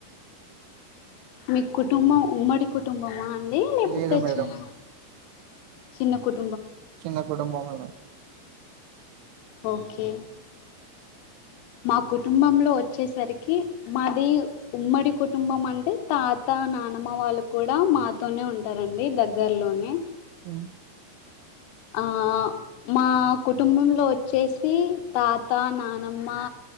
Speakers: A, on the left (about 80°); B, on the right (about 80°).
A: మీకుడ్ కుటుంబం ఉమ్మడి కుటుంబం ఆ అండి లేకపోతే
B: లేదు మేడం
A: చిన్న చిన్న కుట్
B: చిన్న కుటుంబమే మే
A: ఓకే మా కుటుంబంలో వచ్చేసరికి మాది ఉమ్మడి కుటుంబం అంటే తాత నానమ్మ వాళ్ళు కూడా మాతోనే ఉంటారండి దగ్గర్లోనే
B: అ
A: ఆ మా కుటుంబంలో వచ్చేసి తాత నానమ్మ